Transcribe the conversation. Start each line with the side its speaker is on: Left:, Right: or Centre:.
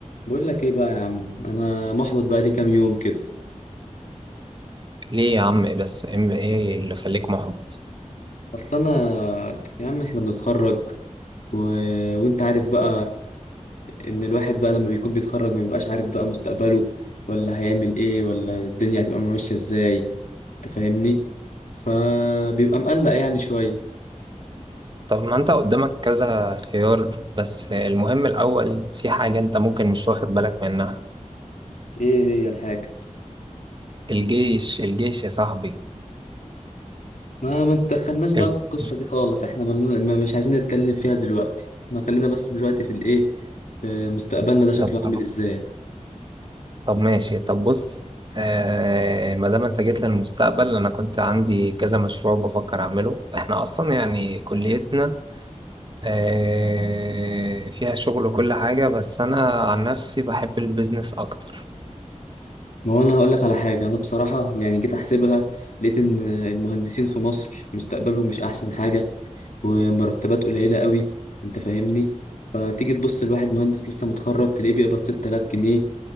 Left: بقول لك ايه بقى يا عم انا محبط بقى لي كام يوم كده
Right: ليه يا عم إيه بس ام ايه اللي خليك محبط
Left: اصل انا يا عم احنا بنتخرج و... وانت عارف بقى ان الواحد بقى لما بيكون بيتخرج ما بيبقاش عارف بقى مستقبله ولا هيعمل ايه ولا الدنيا هتبقى ماشية ازاي تفهمني فبيبقى مقلق يعني شوية
Right: طب ما انت قدامك كذا خيار بس المهم الاول في حاجة انت ممكن مش واخد بالك منها
Left: ايه هي الحاجة
Right: الجيش الجيش يا صاحبي
Left: ما ما تدخلناش بقى
Right: الجيش.
Left: في القصة دي خالص احنا ملنا... ما مش عايزين نتكلم فيها دلوقتي ما خلينا بس دلوقتي في الايه في مستقبلنا ده شكله
Right: طب
Left: عامل
Right: طب
Left: ازاي
Right: طب ماشي طب بص آه ما دام انت جيت للمستقبل انا كنت عندي كذا مشروع بفكر اعمله احنا اصلا يعني كليتنا آه فيها شغل وكل حاجة بس انا عن نفسي بحب البيزنس اكتر
Left: ما هو انا هقول لك على حاجه انا بصراحه يعني جيت احسبها لقيت ان المهندسين في مصر مستقبلهم مش احسن حاجه ومرتبات قليله قوي انت فاهمني فتيجي تبص لواحد مهندس لسه متخرج تلاقيه بيقبض 6000 جنيه